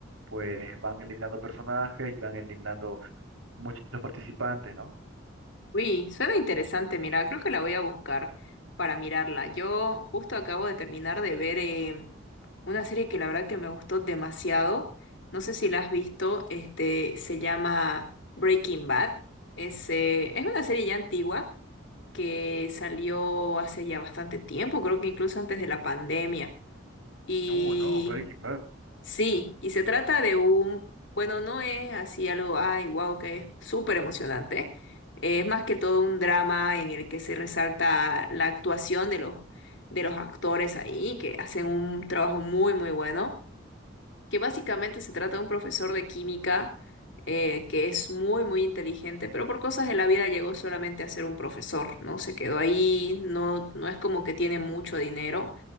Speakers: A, on the right; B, on the left.
A: pues van eliminando personajes y van eliminando muchos participantes, ¿no?
B: Uy, suena interesante, mira, creo que la voy a buscar para mirarla. Yo justo acabo de terminar de ver eh, una serie que la verdad que me gustó demasiado. No sé si la has visto, este, se llama Breaking Bad. Es, eh, es una serie ya antigua que salió hace ya bastante tiempo, creo que incluso antes de la pandemia. y
A: Uh, no, Breaking Bad.
B: Sí, y se trata de un, bueno, no es así algo, ay, wow, que es súper emocionante. Es más que todo un drama en el que se resalta la actuación de los, de los actores ahí, que hacen un trabajo muy, muy bueno que básicamente se trata de un profesor de química eh, que es muy, muy inteligente, pero por cosas de la vida llegó solamente a ser un profesor, ¿no? Se quedó ahí, no, no es como que tiene mucho dinero